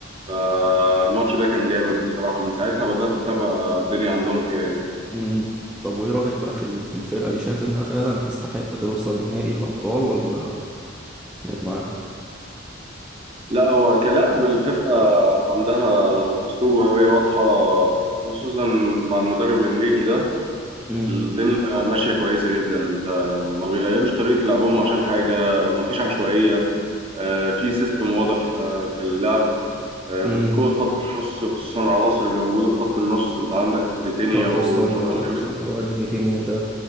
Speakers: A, on the right; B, in the centre.
A: فالماتش ده كان جامد بصراحة من ساعتها بدأت أتابع الدنيا عندهم فيها إيه
B: امم طب وايه رايك بقى في ال- في الفرقه دي شايف انها فعلا تستحق توصل نهائي الابطال ولا جت معاهم
A: لا هو كلاعب الفرقة عندها أسلوب وهوية واضحة خصوصا مع المدرب إنريكي ده
B: امم
A: الدنيا ماشية كويسة جدا أنت ما بيغيروش طريقة لعبهم عشان حاجة ما فيش عشوائية آه، في سيستم واضح آه، في اللعب آه،
B: امم
A: قوة خط النص خصوصا العناصر اللي موجودة في خط النص أنت عندك فيتينيا
B: حط
A: وجوان
B: وسطهم جامد قوي بصراحه الواد فيتينيا ده